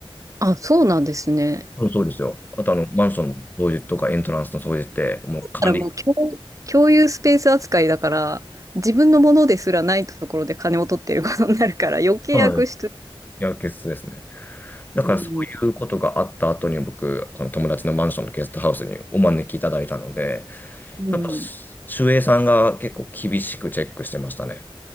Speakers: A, on the right; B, on the left.
A: あ、そうなんですね。
B: うんそうですよ。あとあの、マンションの掃除とかエントランスの掃除ってもう管理、
A: だからもう共、共有スペース扱いだから、自分のものですらないところで金を取ってることになるから、余計悪質。
B: はい、やるケや、決ですね。だからそういうことがあった後に僕、
A: うん、
B: その友達のマンションのゲストハウスにお招きいただいたので、
A: うん。
B: やっぱ守衛さんが結構厳しくチェックしてましたね。